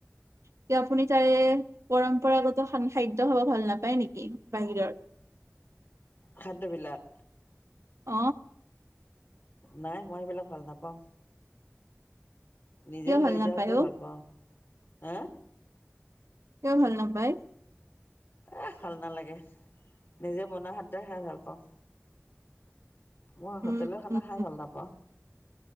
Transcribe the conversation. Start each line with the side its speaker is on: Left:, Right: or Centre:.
Right: এতিয়া আপুনি তাৰে পৰম্পৰাগত <unintelligible> খাদ্য খাব ভাল নাপায় নেকি বাহিৰৰ। <inaudible>
Left: খাদ্যবিলাক,
Right: অ
Left: নাই মই সেইবিলাক ভাল নাপাওঁ। নিজে
Right: কিয় ভাল
Left: লৈ
Right: নাপায়
Left: যোৱাতো
Right: অ
Left: ভাল পাওঁ, হা।
Right: কিয় ভাল নাপায়।
Left: এ ভাল নালাগে, নিজে বনোৱা খাদ্যই খাই ভাল পাওঁ। মই
Right: উম
Left: হোটেলৰ খানা
Right: উম
Left: খাই ভাল নাপাওঁ।